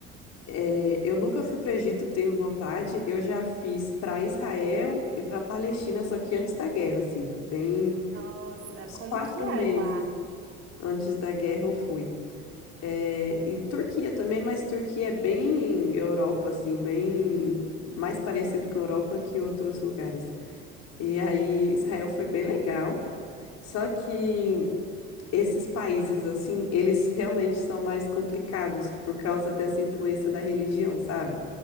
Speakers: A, on the left; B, on the right.
A: É, eu nunca fui para Egito, tenho vontade. Eu já fiz para Israel e para Palestina, só que antes da guerra, assim, bem
B: Nossa,
A: uns
B: como
A: quatro
B: que é
A: meses
B: lá?
A: antes da guerra eu fui. É, e Turquia também, mas Turquia é bem Europa, assim, bem mais parecido com a Europa que outros lugares. E aí Israel foi bem legal. Só que esses países, assim, eles realmente são mais complicados por causa dessa influência da religião, sabe?